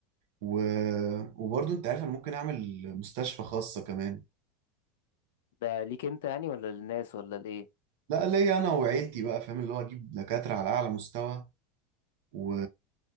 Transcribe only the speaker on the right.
و... وبرضه انت عارف انا ممكن اعمل مستشفى خاصة كمان
لا ليا انا وعيلتي بقى فاهم اللي هو اجيب دكاترة على اعلى مستوى و...